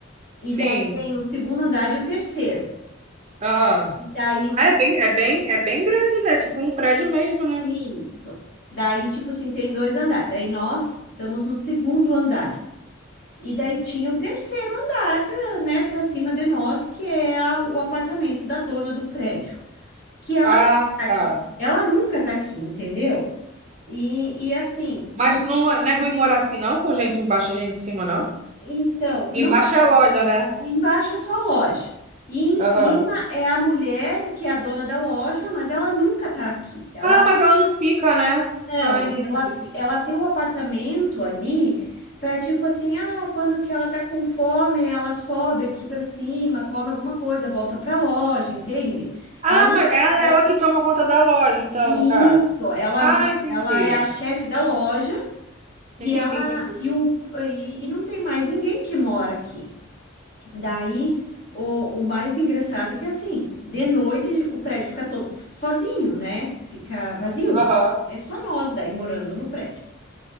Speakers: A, on the left (about 45°); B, on the right (about 35°).
A: e
B: sim,
A: daí tem o segundo andar e o terceiro.
B: aham.
A: E daí, tipo,
B: Ah, É bem, é bem, é bem grande, né? Tipo um prédio mesmo, né?
A: Isso. Daí, tipo assim, tem dois andares. Daí nós estamos no segundo andar. E daí tinha o terceiro andar, pra- né, para cima de nós, que é a- o apartamento da dona do prédio, que ela
B: Ah,
A: nunca tá aqui.
B: tá.
A: Ela nunca tá aqui, entendeu? E, e assim, do,
B: Mas não, é- não é ruim morar assim, não, com gente embaixo e gente em cima, não?
A: então, não,
B: Embaixo é a loja, né?
A: embaixo é só a loja. E em cima
B: Aham.
A: é a mulher que é a dona da loja, mas ela nunca tá aqui. Ela
B: Ah, mas ela não fica, né?
A: Não,
B: Ah,
A: ela,
B: entendi.
A: f- ela tem o apartamento ali para tipo assim, ah, quando que ela tá com fome, ela sobe aqui para cima, come alguma coisa, volta para loja, entende?
B: Ah,
A: Ela não,
B: mas é
A: ela
B: ela
A: não-
B: que toma conta da loja, então,
A: isso,
B: no caso.
A: ela,
B: Ah, entendi.
A: ela é a chefe da loja e
B: Entendi,
A: ela
B: entendi.
A: e, o, e, e não tem mais ninguém que mora aqui. Daí o, o mais engraçado é que assim, de noite o prédio fica todo sozinho, né? Fica vazio.
B: Aham.
A: É só nós daí morando no prédio.